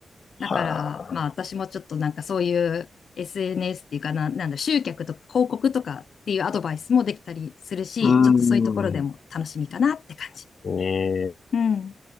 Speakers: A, on the left (about 50°); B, on the left (about 70°).
A: は
B: だから、まあ私もちょっとなんかそういう
A: あ。
B: SNS っていうかな、なんだ、集客とか広告とかっていうアドバイスもできたりするし、
A: うーん。
B: ちょっとそういうところでも楽しみかなって感じ。
A: ええ
B: うん。